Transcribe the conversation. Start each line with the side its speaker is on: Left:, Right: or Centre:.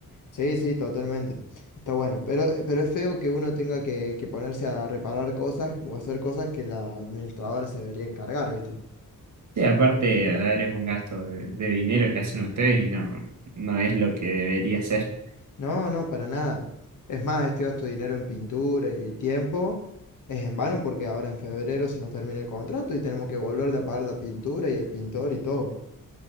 Left: Sí, sí, totalmente. Está bueno. Pero, pero es feo que uno tenga que, que ponerse a reparar cosas o hacer cosas que la administradora se debería encargar, ¿viste?
Right: Sí, aparte, a ver, es un gasto de, de dinero que hacen ustedes y no, no es lo que debería ser.
Left: No, no, para nada. Es más, este gasto de dinero en pintura y tiempo es en vano porque ahora en febrero se nos termina el contrato y tenemos que volver a pagar la pintura y el pintor y todo.